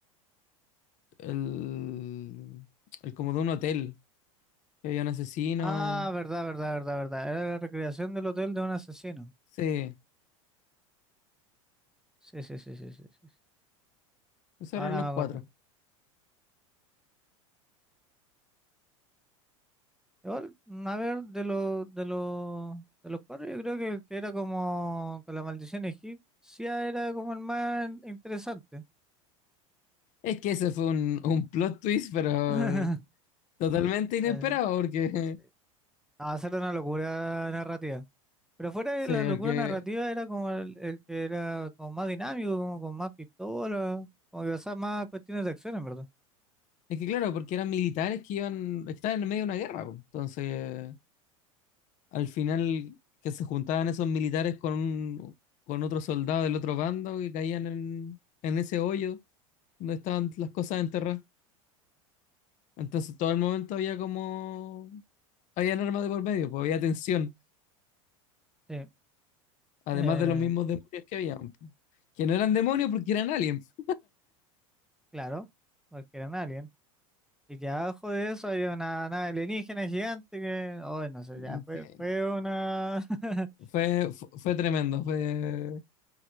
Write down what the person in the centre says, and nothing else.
Ah, verdad, verdad, verdad, verdad. Era la recreación del hotel de un asesino.
Sí, sí, sí, sí, sí, sí, sí.
Ahora
me acuerdo.
Igual, mm, a ver, de los de los de los cuatro, yo creo que el que era como con la maldición egipcia era como el más interesante.
<laughs>
Eh,
sí.
Ah, esa una locura narrativa. Pero fuera de
la
locura narrativa era como el, el que era como más dinámico, como con más pistola, como que usaba más cuestiones de acción, en verdad.
Sí.
Eh,
claro, porque eran aliens. Y que abajo de eso había una nave alienígena gigante que, oh, no sé,
ya fue,
fue una... <laughs>